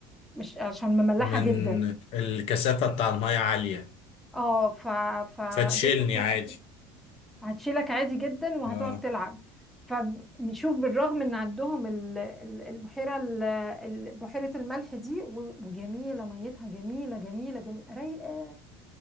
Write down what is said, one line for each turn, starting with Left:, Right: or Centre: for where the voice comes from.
Centre: مش عشان مملحة
Left: من
Centre: جدا
Left: الكثافة بتاع المية عالية
Centre: اه ف... فجسمك
Left: فتشيلني
Centre: هيبقى
Left: عادي
Centre: هتشيلك عادي جدا وهتقعد
Left: اه
Centre: تلعب فبيشوف بالرغم ان عندهم ال- ال- البحيره ال- ال- بحيره الملح دي و- وجميله ميتها جميله جميله جميله رايقه